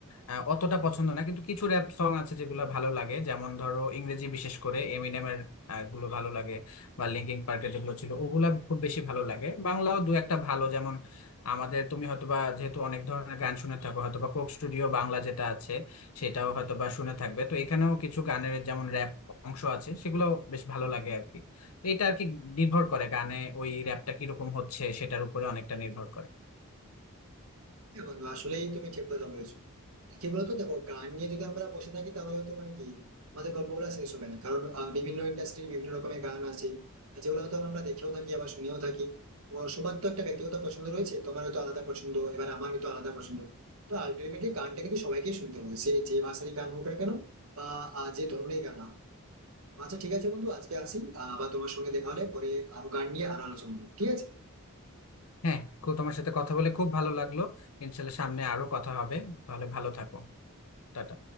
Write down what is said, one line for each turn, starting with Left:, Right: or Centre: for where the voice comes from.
Left: আহ, অতটা পছন্দ না কিন্তু কিছু র্যাপ সং আছে যেগুলো ভালো লাগে যেমন ধরো ইংরেজি বিশেষ করে এমিনেমের আহ, গুলো ভালো লাগে বা লিঙ্কিং পার্কের যেগুলো ছিল ওগুলা খুব বেশি ভালো লাগে বাংলাও দু একটা ভালো যেমন আমাদের তুমি হয়তোবা যেহেতু অনেক ধরনের গান শুনে থাকো হয়তোবা কোক স্টুডিও বাংলা যেটা আছে সেটাও হয়তোবা শুনে থাকবে তো এখানেও কিছু গানের যেমন র্যাপ অংশ আছে সেগুলো বেশ ভালো লাগে আর কি এটা আর কি নির্ভর করে গানে ওই র্যাপটা কিরকম হচ্ছে সেটার উপরে অনেকটা নির্ভর করে
Right: হ্যাঁ বন্ধু আসলেই তুমি ঠিক কথা বলেছো আর কি বলতো দেখো গান নিয়ে যদি আমরা বসে থাকি তাহলে তো মানে কি আমাদের গল্পগুলো শেষ হবে না কারণ আহ, বিভিন্ন ইন্ডাস্ট্রি বিভিন্ন রকমের গান আছে আর যেগুলো হয়তো আমরা দেখেও থাকি আবার শুনেও থাকি তো সবার তো একটা ব্যক্তিগত পছন্দ রয়েছে তোমার হয়তো আলাদা পছন্দ এবার আমার হয়তো আলাদা পছন্দ তো আলটিমেটলি গানটা কিন্তু সবাইকেই শুনতে হবে সে যে ভাষারই গান হোক না কেন বা আহ, যে ধরনের গান না হোক। তো আচ্ছা ঠিক আছে বন্ধু আজকে আসি আহ, আবার তোমার সঙ্গে দেখা হলে পরে আরো গান নিয়ে আরো আলোচনা করবো। ঠিক আছে
Left: হ্যাঁ খুব তোমার সাথে কথা বলে খুব ভালো লাগলো ইনশাল্লাহ সামনে আরো কথা হবে তাহলে ভালো থাকো টাটা